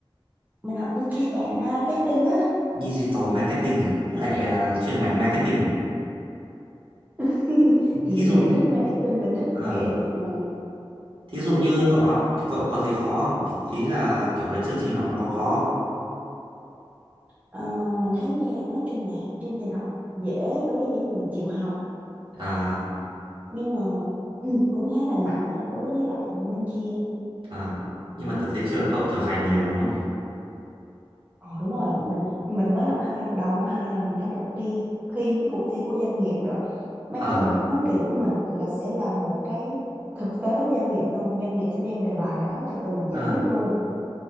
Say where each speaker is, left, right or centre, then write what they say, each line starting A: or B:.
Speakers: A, on the right; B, on the right.
A: Mình học digital marketing á.
B: Digital marketing à? Lại ờ, chuyên ngành marketing à?
A: <laughs> Thì
B: Thí dụ
A: mình
B: nhé.
A: thích marketing, mình thích
B: Ờ,
A: creative mà.
B: thí dụ như cậu học thì cậu có thấy khó không? Ý ý là kiểu là chương trình học nó có khó không?
A: Ờ, mình thấy nha, nói chung là chương trình học dễ đối với những người chịu học
B: À,
A: nhưng mà ừ, cũng khá là nặng á, đối với lại bên kia.
B: à, nhưng mà tớ thấy trường cậu thực hành nhiều đúng không nhỉ?
A: Ờ đúng rồi, mình mình mới năm hai đầu năm hai là mình đã được đi thi cái cuộc thi của doanh nghiệp rồi. Mấy
B: Ờ,
A: cái bài cuối kỳ của mình là sẽ là một cái thực tế của doanh nghiệp luôn, doanh nghiệp sẽ đem đề bài đó cho tụi mình giải
B: ờ.
A: quyết luôn.